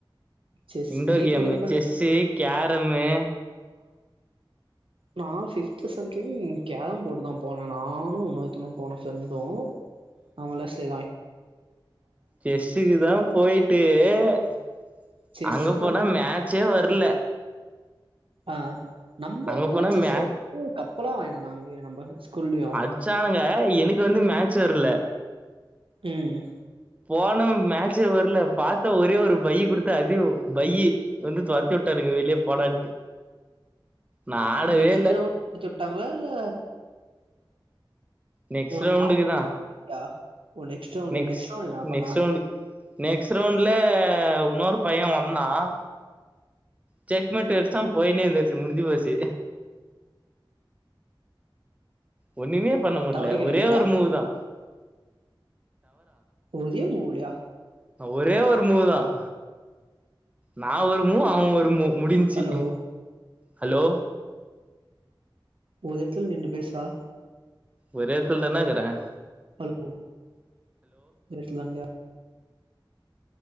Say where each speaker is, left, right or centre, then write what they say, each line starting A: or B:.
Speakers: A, on the right; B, on the right.
A: செஸ்
B: இண்டோர்
A: நீ
B: கேமு
A: போயிருப்ப
B: செஸ்ஸு கேரமு
A: நான் ஃபிப்த்து சம்திங் கேரம் போர்டு தான் போனேன் நானும் இன்னொருதவனும் போனோம் ஃப்ரெண்டும் ஆமால சே
B: செஸ்ஸுக்கு தான் போயிட்டு ட்டு
A: செஸ்ஸுக்கு
B: அங்க போனா மேட்சே வரல
A: ஆஹ் நம்ம
B: அங்க
A: இதுலயு
B: போனா
A: செஸ்
B: மே
A: வச் கப்பலாம் வாங்கிட்டு வந்தாங்க ஏ நம்ம ஸ்கூல்லயு
B: அடிச்சாங்க அன்னக்கி வந்து மேக்ஸ் சார் இல்ல
A: ம் ம்ம்
B: போனம் மேக்ஸ்சே வரல பாத்த ஒரே ஒரு பையி குடுத்து அதயும் பையி வந்து துரத்தி விட்டானுங்க வெளிய போடான்ட்டு நா ஆடவே
A: நெக்ஸ்ட்
B: இல்ல
A: ரவுண்டு விட்டாங்களா இல்ல
B: நெக்ஸ்ட்
A: உனக்கு
B: ரவுண்டுக்கு தா
A: ஆப்ஷன்யா ஓ நெக்ஸ்ட் ரவுண்டுக்கு
B: நெக்ஸ்
A: நெக்ஸ்ட் ரவுண்ட் என்ன பண்ண
B: நெக்ஸ்ட் ரவுண்ட்ல இன்னொரு பையன் வந்தான் செக் மட்டும் வைச்சான் போயினே இந்தருச்சு முடிஞ்சு போச்சு ஒன்னுமே ஒன்னுமே பண்ண முடியல
A: டவரே கெடைக்கலயாடா
B: ஒரே ஒரு மூவு தான்
A: ஒரே மூவுலயா
B: ஒரே ஒரு மூவுதான் நா ஒரு முவ் அவன் ஒரு முவ் முடிஞ்சு
A: ஹலோ
B: ஹலோ
A: ஒரு இடத்தில நின்னு பேசுறா
B: ஒரு இடத்துல தான இருக்கறேன்
A: ஹலோ ரெஸ்ட்லாமையா